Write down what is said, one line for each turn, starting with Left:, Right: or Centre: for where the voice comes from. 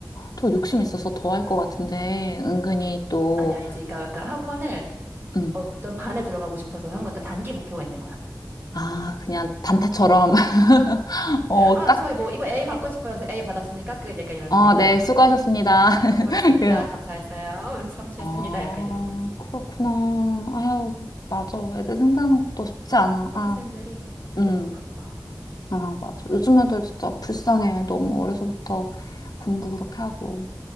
Left: 더 욕심 있어서 더 할 것 같은데, 은근히 또,
Right: 아니, 아니지. 그러니까 약간 학원을
Left: 음,
Right: 어떤 반에 들어가고 싶어서 한 거, 그러니까 단기 목표가 있는 거야.
Left: 아, 그냥 단타처럼, <laughs> 어,
Right: 아,
Left: 딱,
Right: 저희 뭐, 이거 A 받고 싶어서 A 받았으니까 끝. 약간 이런
Left: 아,
Right: 느낌으로.
Left: 네, 수고하셨습니다. <laughs>
Right: 수고하셨습니다.
Left: 예.
Right: 감사했어요. <laughs> 성취했습니다.
Left: 아,
Right: 약간 이런 거지.
Left: 그렇구나. 아유, 맞아. 애들 생각하는 것도 쉽지 않아.
Right: 초등학생들이
Left: 아. 음,
Right: 너무 바빠.
Left: 아, 맞아. 요즘 애들 진짜 불쌍해. 너무 어려서부터 공부 그렇게 하고.